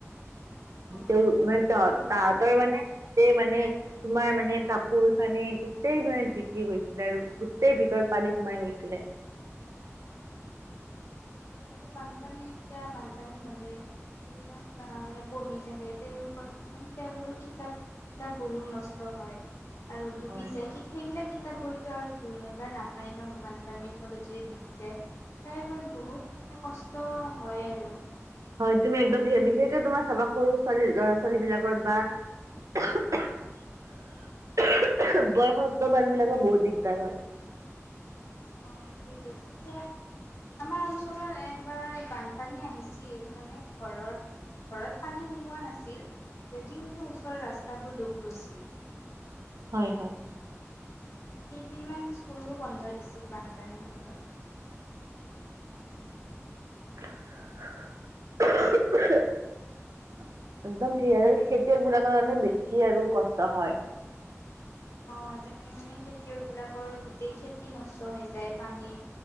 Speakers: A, on the left; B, on the right.
A: অ
B: তেওঁ
A: ঠিকে
B: মানে তাহাতৰ
A: মোৰো
B: মানে এ মানে। তোমাৰ মানে কাপোৰ কানি গোটেই নহয় জিকি গৈছিলে আৰু গোটেই ভিতৰত পানী সোমাই গৈছিলে।
A: অ' তাকেই। বানপানী এতিয়া বানপানী হ'লে। যিবিলাক আহ মানে পঢ়ি থাকে তেওঁলোককল মানে তেওঁলোকৰ কিতাপ। কিতাপ বঢ়িও নষ্ট হয় আৰু ডুবি
B: হয়।
A: যায় কি? সেইবিলাক কিতাপ বহিতো আৰু নাপাই ন বানপানীৰ ফলত ডুবি যায়। তাৰে ফলত বহুত মানে কষ্ট হয় আৰু।
B: হয় তুমি একদম বিশেষকে তোমাৰ চাবা সৰু ছোৱালী ল'ৰা- ছোৱালী বিলাকৰ বা। বয়সস্থ মানুহ বিলাকৰ বহুত দিগদাৰ হয়।
A: অ সেইটোৱে টো তেতিয়া। আমাৰ অঞ্চলত এবাৰ বানপানী আহিছিল মানে ঘৰত। ঘৰত পানী সোমোৱা নাছিল যদিও ওচৰৰ ৰাস্তাবোৰ ডুব গৈছিল।
B: হয় হয়।
A: দুই দিন মান স্কুলো বন্ধ দিছিল বানপানীৰ ফলত।
B: <inaudible> একদম ঠিক আছে খেতিয়ক বিলাকৰ মানে বেছি আৰু কষ্ট হয়।
A: অ তাকে মানে খেতিয়ক বিলাকৰ গোটেই খেতি নষ্ট হৈ যায় পানী।